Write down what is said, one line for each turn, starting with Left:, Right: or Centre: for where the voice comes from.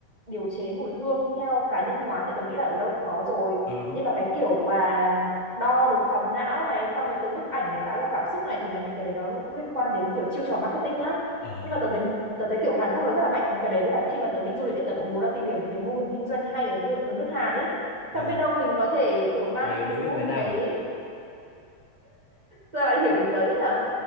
Right: điều chế mùi hương theo cá nhân hóa thì tớ nghĩ là ở đâu cũng có rồi
Left: ờ đúng
Right: nhưng mà cái kiểu và đo được sóng não này xong rồi từ bức ảnh này tạo ra cảm xúc này thì là những cái đấy nó cũng liên quan đến kiểu chiêu trò marketing á
Left: ờ
Right: nhưng mà tớ thấy tớ thấy kiểu Hàn Quốc nó rất là mạnh những cái đấy với cả khi mà tớ đi du lịch ấy, tớ cũng muốn là tìm hiểu những cái mô hình kinh doanh hay ở nước, ở nước Hàn ấy
Left: ừ.
Right: xong biết đâu mình có thể kiểu mang
Left: về
Right: những
Left: bế
Right: cái mô
Left: về Việt
Right: hình
Left: Nam
Right: đấy
Left: à
Right: ra bạn hiểu ý tớ đấy nhở